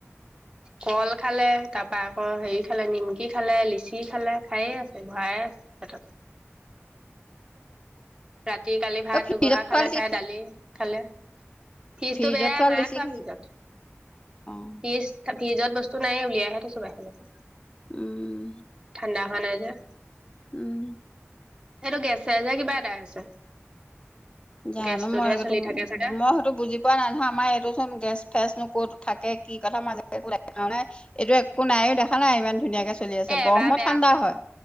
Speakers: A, on the right; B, on the left.
A: কল খালে তাৰপৰা আকৌ হেৰি খালে নিমকি খালে লিচি খালে খায়েই আ ভায়াই আছে পেটত ৰাতি কালি ভাত
B: অ ফ্ৰিজত
A: দুগহা
B: থোৱা
A: খালে
B: লিচি
A: খাই দালি খালে ফিজতটো
B: ফ্ৰিজত
A: বেয়া নাই
B: লিচি
A: থোৱা
B: খাইছে
A: ফিজত
B: অ
A: ফিজ ফিজত বস্তু নাই উলিয়াইে থছো বাই
B: উম
A: ঠাণ্ডা ভানে যে
B: উম
A: সেইটো গেছে যে কিবা এটা <unintelligible>
B: জানো
A: গেছটোতহে
B: মইো
A: চলি থাকে চাগে
B: মই সতো বুজি পোৱা নাই নহয় আমাৰ এইটো চোন গেছ ফেচ নো কত থাকে কি কথা মাজে কোল কাৰণে এইটোয়ে একো নাইও দেখা নাই ইমান ধুনীয়াকে চলি আছে
A: এ
B: ব্ৰহ্মত
A: এবাৰ বেয়া
B: ঠাণ্ডা হয়